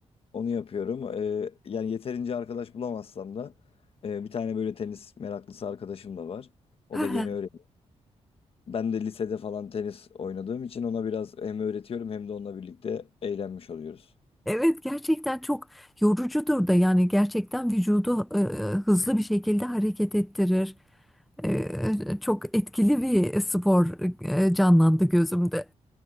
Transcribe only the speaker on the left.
Onu yapıyorum. Ee, yani yeterince arkadaş bulamazsam da e, bir tane böyle tenis meraklısı arkadaşım da var. O
da yeni
öğreniyor. Ben de lisede falan tenis oynadığım için ona biraz hem öğretiyorum hem de onunla birlikte eğlenmiş oluyoruz.